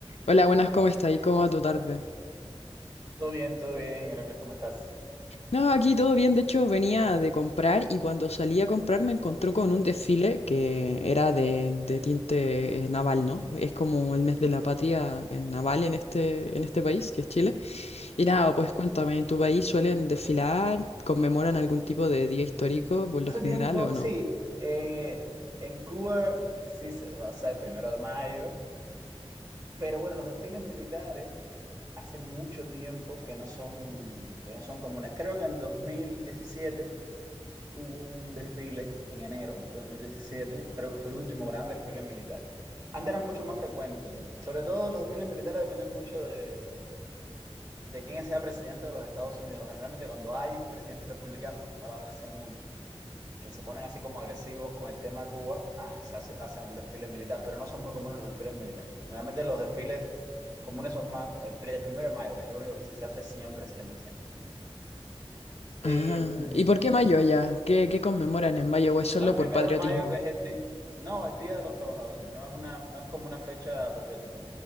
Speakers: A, on the left; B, on the right.
A: Hola, buenas, ¿cómo está? ¿Y cómo va tu tarde?
B: Todo bien, todo bien, Heracles, ¿cómo estás?
A: No, aquí todo bien. De hecho, venía de comprar y cuando salí a comprar me encontré con un desfile que era de, de tinte eh, naval, ¿no? Es como el mes de la patria eh, naval en este, en este país, que es Chile. Y nada, pues cuéntame, ¿en tu país suelen desfilar? ¿Conmemoran algún tipo de día histórico por lo
B: Hace
A: general
B: tiempo,
A: o no?
B: sí, eh, en Cuba sí se va a ser el primero de mayo, pero bueno, los desfiles militares hace mucho tiempo que no son, que no son comunes. Creo que en 2017 hubo un desfile en enero de 2017, creo que fue el último gran desfile militar. Antes eran mucho más frecuentes, sobre todo los desfiles militares dependen mucho de, de quién sea presidente de los Estados Unidos. Generalmente cuando hay presidentes republicanos, a lo mejor ahora hacen uno que se ponen así como agresivos con el tema Cuba, ah, se hace, hacen un desfile militar, pero no son muy comunes los desfiles militares. Generalmente los desfiles comunes son más el, el primero de mayo, que es el único que sí se hace siempre, siempre, siempre. Eh,
A: Ah,
B: no,
A: ¿y por qué mayo ya? ¿Qué, qué conmemoran en mayo? ¿O es solo
B: el
A: por
B: primero
A: patriotismo?
B: de mayo, que es el día, no, el Día de los Trabajadores, no es una, no es como una fecha patriótica.